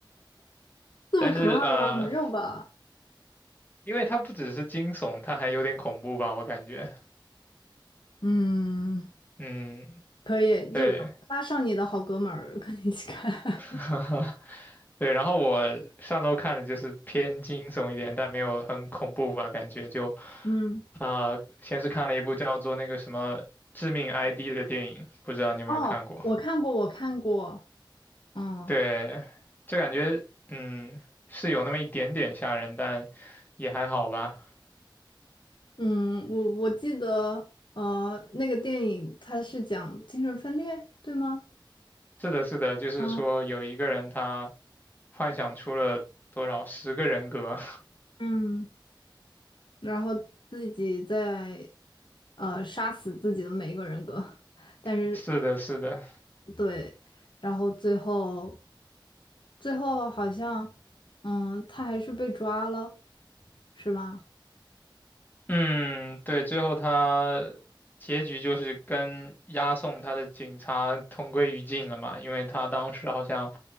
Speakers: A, on the left (about 70°); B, on the left (about 20°).
A: 这么可怕吗？
B: 但是呃，
A: 没有吧？
B: 因为它不只是惊悚，它还有点恐怖吧，我感觉。
A: 嗯，
B: 嗯，
A: 可以，
B: 对，
A: 就是拉上你的好哥们儿跟你一起看。<laughs>
B: <laughs> 对，然后我上周看的就是偏惊悚一点，但没有很恐怖吧，感觉就，
A: 嗯，
B: 啊、先是看了一部叫做那个什么《致命 ID》的电影，不知道你有没有看过？
A: 哦，我看过，我看过，嗯
B: 对，就感觉嗯是有那么一点点吓人，但也还好吧。
A: 嗯，我我记得，呃，那个电影它是讲精神分裂，对吗？
B: 是的，是的，就是说有一个人他
A: 啊，
B: 幻想出了多少十个人格，
A: 嗯，然后自己在呃杀死自己的每一个人格，但是
B: <laughs> 是的，是的。
A: 对，然后最后最后好像，嗯，他还是被抓了，是吧？
B: 嗯，对，最后他结局就是跟押送他的警察同归于尽了嘛，因为他当时好像